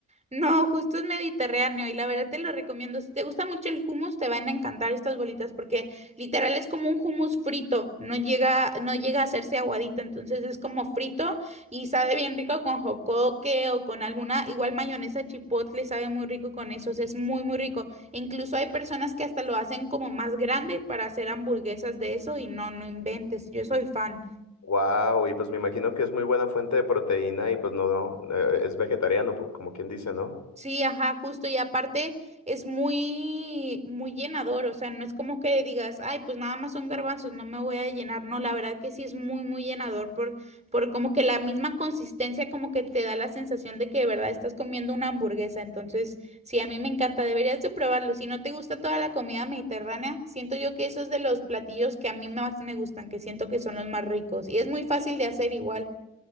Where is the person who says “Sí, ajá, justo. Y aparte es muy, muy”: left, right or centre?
Right